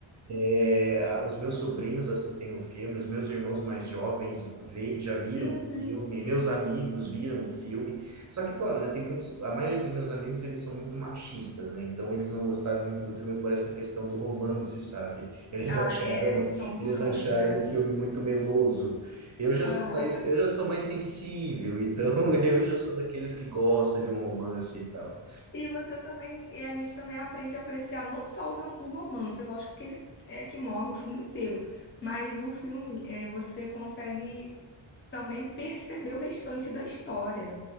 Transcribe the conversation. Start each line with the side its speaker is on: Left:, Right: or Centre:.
Right: É, a- os meus sobrinhos assistem o filme, os meus irmãos mais jovens vê- já viram
Left: Uhum.
Right: o filme, meus amigos viram o filme. Só que, claro, né, tem muitos, a maioria dos meus amigos, eles são muito machistas, né? Então eles não gostaram muito do filme por essa questão do romance, sabe? <laughs> Eles
Left: Ah,
Right: acharam,
Left: é, são durões,
Right: eles acharam
Left: né?
Right: o filme muito meloso. Eu já
Left: Ah,
Right: sou mais, eu já sou mais sensível, então <laughs> eu já sou daqueles que gostam de um romance e tal.
Left: e você também, e a gente também aprende a apreciar não só o, rom- o romance, lógico que ele é que move o filme inteiro, mas o filme é, você consegue também perceber o restante da história.